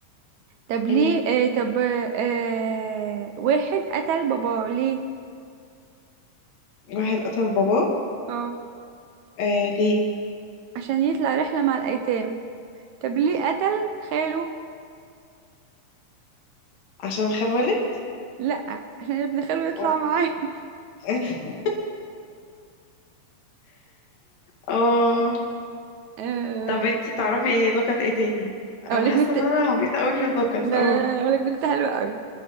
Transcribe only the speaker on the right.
طب ليه
آه طب آه واحد قتل باباه ليه
اه
عشان يطلع رحلة مع الأيتام طب ليه قتل خاله
لا عشان ابن خاله يطلع
معاه <laughs>
آه،
اقول
لك
نكتة
لا
لا لا أنا اقول لك نكتة حلوة قوي